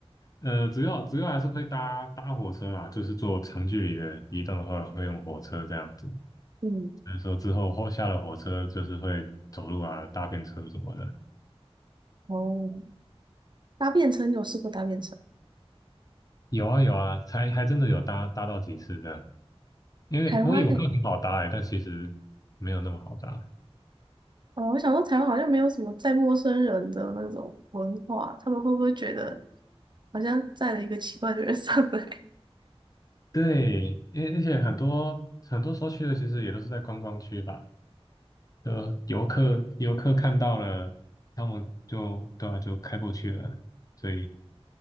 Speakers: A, on the left; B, on the right.
A: 呃，主要主要还是会搭搭火车啦，就是坐长距离的移动的话，会用火车这样子。
B: 嗯，
A: 所以说之后后下了火车，就是会走路啊，搭便车什么的。
B: 哦，搭便车你有试过搭便车？
A: 有啊有啊，才还真的有搭搭到几次这样。因为我以为会很好搭欸，
B: 台湾嘞、
A: 但其实没有那么好搭。
B: 哦，我想说台湾好像没有什么载陌生人的那种文化，他们会不会觉得好像载了一个奇怪的人上来？
A: 对，因而且很多很多时候去的其实也都是在观光区吧，呃，游客游客看到了，他们就对啊就开过去了，所以